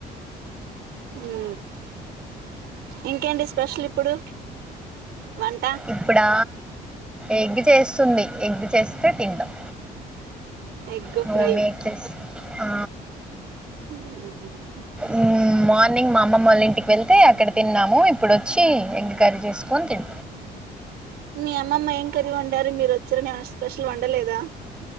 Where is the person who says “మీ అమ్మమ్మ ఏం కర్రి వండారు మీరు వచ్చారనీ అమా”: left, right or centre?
Right